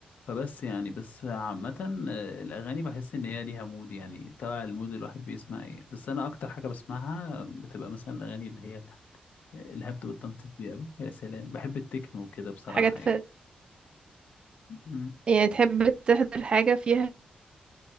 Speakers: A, on the left; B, on the right.
A: فبس يعني بس عامة آه، الأغاني بحس إن هي ليها مود يعني تبع المود الواحد بيسمع إيه بس أنا أكتر حاجة بسمعها بتبقى مثلا الأغاني اللي هي الهبد والتنطيط دي أوي يا سلام بحب التكنو كده بصراحة
B: حاجات في
A: يعني مم.
B: يعني تحب تحضر حاجة فيها